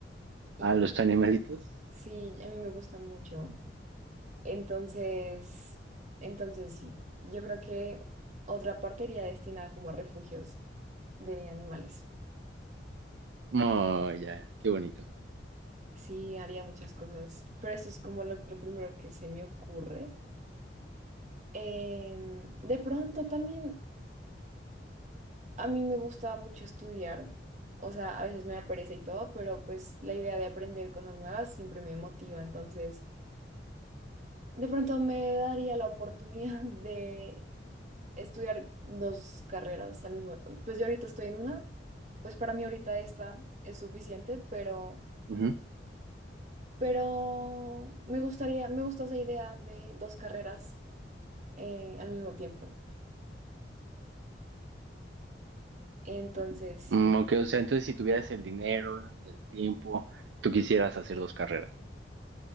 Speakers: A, on the right; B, on the right.
A: Y
B: A
A: pues,
B: los animalitos.
A: sí, a mí me gustan mucho. Entonces, entonces sí, yo creo que otra parte iría destinada como a refugios de animales.
B: Oh, ya, qué bonito.
A: Sí, haría muchas cosas, pero eso es como lo, lo primero que se me ocurre. Em, de pronto también a mí me gusta mucho estudiar. O sea, a veces me da pereza y todo, pero pues la idea de aprender cosas nuevas siempre me motiva. Entonces... De pronto me daría la oportunidad <laughs> de estudiar dos carreras al mismo tiempo. Pues yo ahorita estoy en una, pues para mí ahorita esta es suficiente, pero,
B: Ujú.
A: pero me gustaría, me gusta esa idea de dos carreras eh, al mismo tiempo. Entonces,
B: Mm,
A: sí,
B: Aunque, o sea, entonces si tuvieras el dinero y el tiempo, tú quisieras hacer dos carreras.